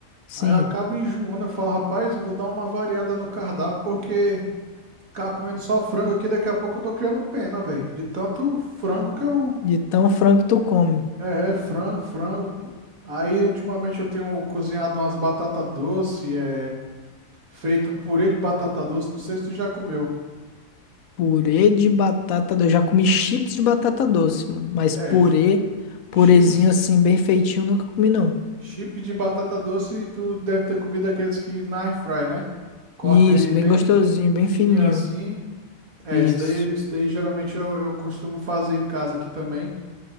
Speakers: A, on the left (about 85°); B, on the right (about 85°).
A: Sim.
B: Aí eu acabo enjoando. Eu falo, rapaz, eu vou dar uma variada no cardápio, porque ficar comendo só frango aqui, daqui a pouco eu tô criando pena, velho. De tanto frango que eu
A: De tão frango que tu come.
B: É, é frango, frango. Aí, ultimamente, eu tenho cozinhado umas batata doce, é, feito um purê de batata doce. Não sei se tu já comeu.
A: Purê de batata doce. Eu já comi chips de batata doce, mano. Mas
B: É,
A: purê,
B: chi-
A: purezinho
B: chips,
A: assim, bem feitinho, nunca comi, não.
B: chip de batata doce, e tu deve ter comido aqueles que na air fry, né? Corta
A: Isso,
B: ele bem
A: bem gostosinho, bem
B: fininho
A: fininho.
B: assim. É,
A: Isso.
B: isso daí, isso daí geralmente eu, eu costumo fazer em casa aqui também.